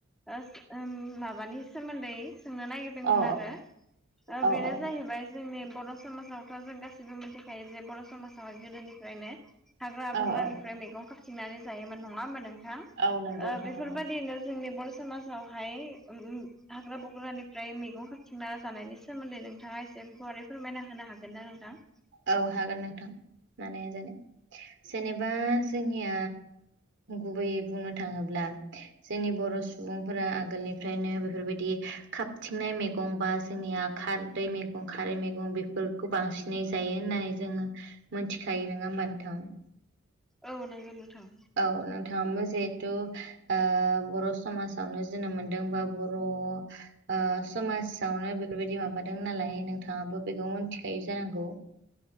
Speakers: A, in the centre; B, on the right.
A: ओस ओम माबानि सोमोन्दै सोंनो नागिरदोंमोन
B: औ
A: आरो
B: औ
A: बेनो
B: औ
A: जाहैबाय जोंनि बर' समाजाव जों गासिबो मिन्थिखायो जे बर' समाजाव गोदोनिफ्रायनो हाग्रा बंग्रानि
B: औ औ
A: फ्राय मैगं खााबथिंनानै जायोमोन नङा होमबा नोंथां।
B: औ नंगौ
A: ओ
B: नोंथां
A: बेफोरबायदिनो
B: नंगौ
A: जोंनि बर' समाजावहाय ओम हाग्रा बग्रानिफ्राय मैगं खाारथिंना जानायनि सोमोन्दै नोंथाङा एसे गुवारै फोरमायना होनो हागोन ना नोंथां?
B: औ हागोन नोंथां मानो हाया जानो। जेनेबा जोंनिया गुबैयै बुंनो थाङोब्ला जोंनि बर' सुबुंफोरा आगोलनिफ्रायनो बेफोरबायदि खाबथिंनाय मैगं बा जोंनिया खारदै मैगं खारै मैगं बेफोरखौ बांसिनै जायो होननानै जोङो मोन्थिखायो। नोङा होमबा नोंथां?
A: औ नोंगौ नोंथां।
B: औ नोंथाङा बो जिहेथु ओ बर' समाजावनो जोनोम मोनदों बा बर' ओ समाजावनो बेफोरबायदि माबादों नालाय नोंथाङाबो बेखौ मोन्थिखायो जानांगौ।